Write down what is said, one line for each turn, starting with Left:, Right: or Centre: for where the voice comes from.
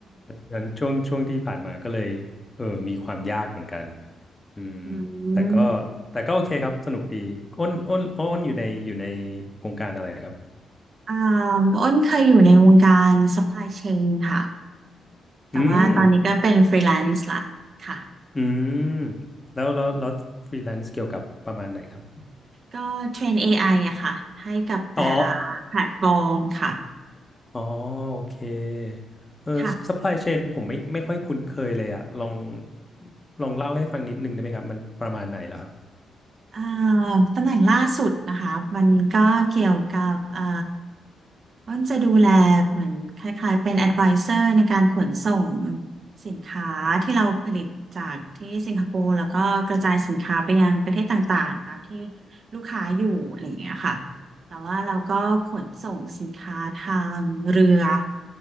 Left: ดังนั้นช่วงช่วงที่ผ่านมาก็เลยเออมีความยากเหมือนกันอืม
Right: อื
Left: แต่ก็
Right: ม
Left: แต่ก็โอเคครับสนุกดีอ้นอ้นอ้นอยู่ในอยู่ในวงการอะไรครับ
Right: อ่าอ้นเคยอยู่ในวงการ supply chain ค่ะแต่ว่าตอนนี้ก็เป็น
Left: อืม
Right: freelance ละค่ะ
Left: อืมแล้วแล้วแล้วฟรีแลนซ์เกี่ยวกับประมาณไหนครับ
Right: ก็เทรน AI อไออะค่ะให้กับแต่ละแพลตฟอร์มค่ะ
Left: อ๋ออ๋อโอเคเออซัพพลายเชนผมไม่ไม่ค่อยคุ้นเคยเลยอ่ะลอง
Right: ค่ะ
Left: ลองเล่าให้ฟังนิดนึงได้ไหมครับมันประมาณไหนแล้วครับ
Right: อ่าตำแหน่งล่าสุดนะคะมันก็เกี่ยวกับอ่ามันจะดูแลเหมือนคล้ายๆเป็น advisor ในการขนส่งสินค้าที่เราผลิตจากที่สิงคโปร์แล้วก็กระจายสินค้าไปยังประเทศต่างๆตามที่ลูกค้าอยู่อะไรอย่างเงี้ยค่ะแต่ว่าเราก็ขนส่งสินค้าทางเรือ